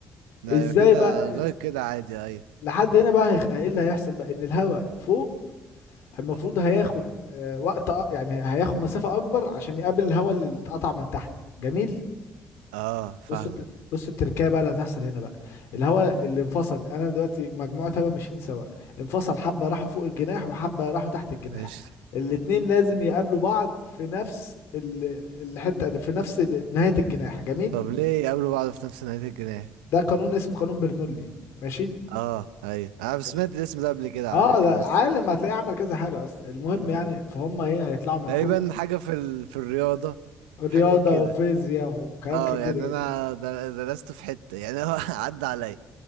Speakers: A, on the right (about 85°); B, on the left (about 70°).
A: لا،
B: ازاي
A: ايوه كده
B: بقى
A: غير كده عادي ايوه
B: لحد هنا بقى هيخ- ايه اللي هيحصل بقى ان الهواء فوق المفروض هياخد آه، وقت أ- يعني هياخد مسافة اكبر عشان يقابل الهواء اللي اتقطع من تحت جميل
A: اه فاهمك
B: بص الت- بص التركية بقى اللي هتحصل هنا بقى الهواء اللي انفصل انا دلوقتي مجموعة هواء ماشيين سوا انفصل حبة راحوا فوق الجناح وحبة راحوا تحت الجناح
A: ايش
B: الاتنين لازم يقابلوا بعض في نفس ال- الحتة اللي في نفس ال- نهاية الجناح جميل
A: طب ليه يقابلوا بعض في نفس نهاية الجناح
B: ده قانون اسمه قانون برنولي ماشي
A: اه ايوه انا سمعت
B: جميل.
A: الاسم ده قبل كده
B: اه
A: على فكرة
B: ده عالم هتلاقيه عمل كذا حاجة اصلا المهم
A: بس
B: يعني فهم ايه هيطلعوا من
A: تقريبا
B: فوق
A: حاجة في ال... في الرياضة
B: رياضة
A: حاجة كده
B: وفيزياء وكلام
A: اه
B: كتير
A: يعني
B: جدا
A: انا در- درست في حتة يعني <laughs> هو عدى عليا